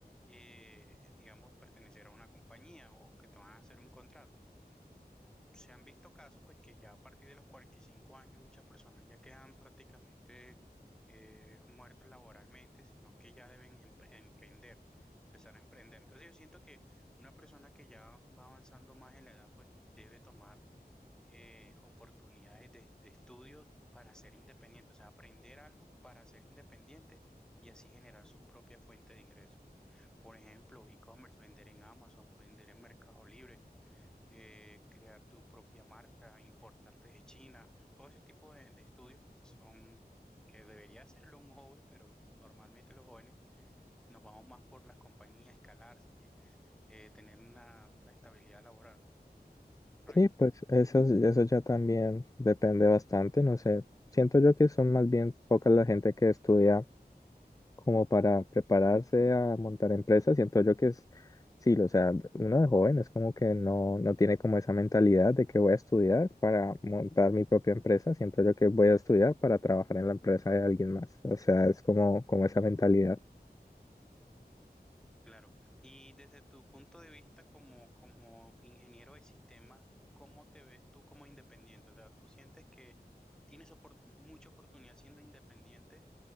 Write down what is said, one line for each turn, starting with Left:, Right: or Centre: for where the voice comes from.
Centre: eh, digamos, pertenecer a una compañía o que te van a hacer un contrato se han visto casos, pues que ya a partir de los 45 años muchas personas ya quedan prácticamente eh, muertos laboralmente, sino que ya deben empre- emprender, empezar a emprender. Entonces yo siento que una persona que ya va avanzando más en la edad, pues debe tomar eh, oportunidades de, de estudio para ser independiente, o sea, aprender algo para ser independiente. y así generar su propia fuente de ingresos. Por ejemplo, e-commerce, vender en Amazon, vender en Mercado Libre, eh, crear tu propia marca, importar desde China, todo ese tipo de, de estudios son que debería <laughs> hacerlo un joven, pero normalmente los jóvenes nos vamos más por las compañías, escalar, ye- eh, tener una, una estabilidad laboral, ¿correcto?
Left: Sí, pues eso, eso ya también depende bastante, no sé. Siento yo que son más bien pocas la gente que estudia como para prepararse a montar empresas, siento yo que es, sí, o sea, uno de joven es como que no, no tiene como esa mentalidad de que voy a estudiar para montar mi propia empresa, siento yo que voy a estudiar para trabajar en la empresa de alguien más, o sea, es como, como esa mentalidad.
Centre: Claro. Y desde tu punto de vista como, como ingeniero de sistemas, ¿cómo te ves tú como independiente? O sea, ¿tú sientes que tienes opor- mucha oportunidad siendo independiente?